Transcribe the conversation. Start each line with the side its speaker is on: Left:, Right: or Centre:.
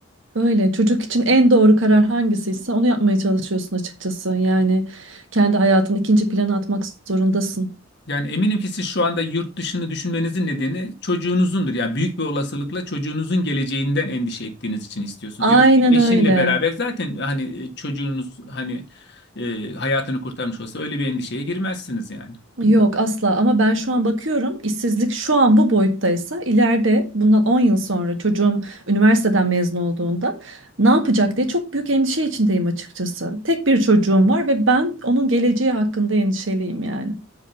Right: Öyle. Çocuk için en doğru karar hangisiyse onu yapmaya çalışıyorsun açıkçası. Yani kendi hayatını ikinci plana atmak zorundasın.
Left: Yani eminim ki siz şu anda yurt dışını düşünmenizin nedeni çocuğunuzundur. Yani büyük bir olasılıkla çocuğunuzun geleceğinden endişe ettiğiniz için istiyorsunuz.
Right: Aynen
Left: Yoksa eşinle
Right: öyle.
Left: beraber zaten hani e, çocuğunuz hani e, hayatını kurtarmış olsa öyle bir endişeye girmezsiniz yani.
Right: Yok asla ama ben şu an bakıyorum işsizlik şu an bu boyuttaysa ileride bundan 10 yıl sonra çocuğum üniversiteden mezun olduğunda ne yapacak diye çok büyük endişe içindeyim açıkçası. Tek bir çocuğum var ve ben onun geleceği hakkında endişeliyim yani.